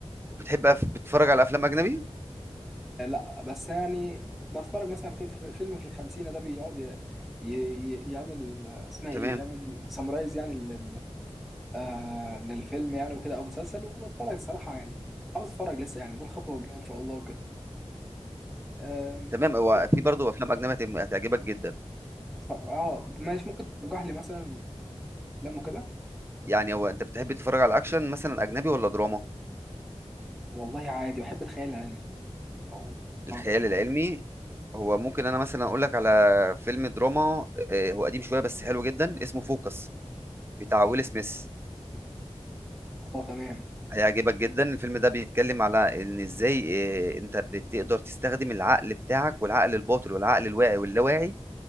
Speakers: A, on the right; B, in the centre.
A: بتحب أف- بتتفرج على أفلام أجنبي
B: لا بس يعني بتفرج مثلا في في- فيلم في الخمسينة ده بيقعد ي- ي- يعمل آه، اسمها
A: تمام
B: ايه يعمل سمرايز يعني لل آه للفيلم يعني وكده او مسلسل وبتفرج الصراحة يعني عاوز اتفرج لسه يعني ده الخطوة الجاية ان شاء الله وكده آم،
A: تمام هو
B: صراحة
A: في برضه أفلام أجنبي هتم- هتعجبك جدا
B: اتف- اه ماشي ممكن ترجح لي مثلا افلام وكده
A: يعني هو انت بتحب تتفرج على اكشن مثلا اجنبي ولا دراما
B: والله عادي بحب الخيال العلمي او
A: الخيال
B: اعرف خيال
A: العلمي
B: علمي
A: هو ممكن انا مثلا اقول لك على فيلم دراما آه، هو قديم شويه بس حلو جدا اسمه فوكس بتاع ويل سميث
B: اه تمام
A: هيعجبك جدا الفيلم ده بيتكلم على ان ازاي آه، انت بتقدر تستخدم العقل بتاعك والعقل الباطن والعقل الواعي واللاواعي